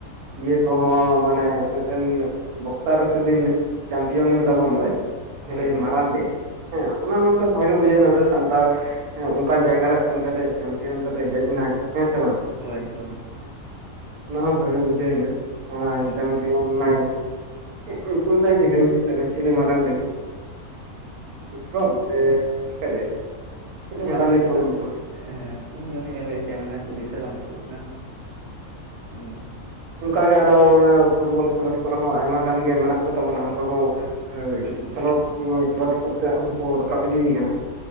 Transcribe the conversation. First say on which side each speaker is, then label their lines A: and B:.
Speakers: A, on the right; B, on the right.
A: ᱤᱭᱟᱹ ᱠᱚᱦᱚᱸ ᱢᱟᱱᱮ ᱢᱤᱫᱴᱟᱹᱱ ᱵᱚᱠᱥᱟᱨ ᱥᱮᱫᱤᱱ ᱪᱟᱢᱯᱤᱭᱚᱱᱮᱱ ᱛᱟᱵᱚᱱ ᱫᱚᱭ ᱪᱤᱞᱤ
B: ᱦᱳᱭ ᱦᱳᱭ
A: ᱢᱟᱨᱟᱱᱰᱤ ᱦᱮᱸ ᱚᱱᱟ ᱦᱚᱸ ᱢᱤᱫᱴᱟᱹᱱ ᱵᱷᱟᱜᱮ ᱵᱩᱡᱷᱟᱹᱣᱱᱟ ᱢᱤᱴᱟᱹᱱ ᱥᱟᱱᱛᱟᱲ ᱡᱟᱭᱜᱟ ᱨᱮ ᱥᱮᱱ ᱠᱟᱛᱮᱜ ᱪᱟᱢᱯᱤᱭᱟᱹᱱ ᱠᱟᱛᱮᱜ ᱦᱮᱡ ᱱᱟᱭ ᱦᱮᱸ ᱥᱮ ᱵᱟᱝ
B: ᱦᱳᱭ ᱦᱳᱭ
A: <inaudible> ᱚᱱᱟ ᱦᱚᱸ ᱵᱷᱟᱜᱤ ᱵᱩᱡᱷᱟᱹᱭᱱᱟ ᱚᱱᱟ
B: ᱦᱩᱸ
A: ᱪᱟᱢ ᱡᱤᱭᱚᱱ ᱱᱟᱭ ᱪᱮᱫ ᱧᱩᱛᱩᱢ ᱛᱟᱭ ᱡᱮ ᱦᱤᱲᱤᱧ ᱠᱮᱜ ᱛᱟᱭᱟ ᱞᱤᱧ ᱪᱤᱞᱤ ᱢᱟᱨᱟᱱᱰᱤ ᱵᱤᱠᱨᱚᱢ ᱥᱮ <unintelligible> ᱡᱮ
B: <unintelligible>
A: ᱪᱤᱞᱤ
B: ᱦᱮᱸ ᱤᱧ
A: ᱢᱟᱨᱟᱱᱰᱤ
B: ᱦᱚᱸ
A: ᱪᱚ ᱚᱱᱟ ᱫᱚ ᱦᱮᱸ
B: ᱧᱮᱞ ᱫᱩᱧ ᱧᱮᱞ ᱠᱟᱫ ᱢᱮᱠᱷᱟᱱ ᱱᱤᱛᱚᱜ ᱫᱤᱥᱟᱹ ᱵᱟᱝ ᱦᱤᱡᱩᱜᱚᱜ ᱠᱟᱱᱟ ᱦᱩᱸ
A: ᱚᱝᱠᱟᱜᱮ ᱟᱨᱚ ᱚᱱᱟ ᱯᱷᱩᱴᱵᱚᱞ ᱠᱷᱮᱞᱚᱴ ᱠᱚᱨᱮ ᱦᱚᱸ ᱟᱭᱢᱟ ᱜᱟᱱ ᱜᱮ ᱢᱮᱱᱟᱜ ᱠᱚ ᱛᱟᱵᱚᱱᱟ ᱚᱝᱠᱟ ᱦᱚᱸ ᱦᱳᱭ
B: ᱦᱩᱸ ᱦᱩᱸ
A: ᱠᱷᱮᱞᱳᱴ ᱚᱸ ᱠᱷᱮᱞᱳᱴ ᱠᱚᱨᱛᱮ ᱦᱚᱸᱠᱚ ᱨᱟᱠᱟᱵ ᱤᱫᱤᱭ ᱠᱟᱱᱟ